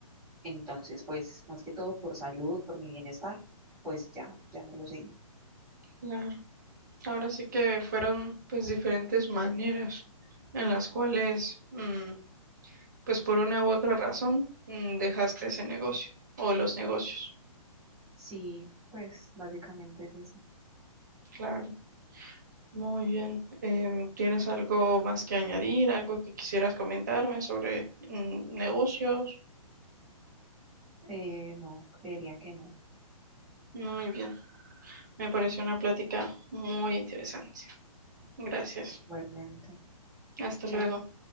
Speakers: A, in the centre; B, on the right (about 30°).
A: Entonces, pues más que todo por salud, por mi bienestar, pues ya, ya no lo seguí.
B: claro. Ahora sí que fueron pues diferentes maneras en las cuales mm, pues por una u otra razón mm, dejaste ese negocio o los negocios.
A: Sí, pues básicamente es eso.
B: Claro, muy bien. Em, ¿tienes algo más que añadir, algo que quisieras comentarme sobre mm, negocios?
A: Eh, no, creería que no,
B: Muy bien. Me pareció una plática muy interesante. Gracias.
A: igualmente.
B: Hasta
A: Chao.
B: luego.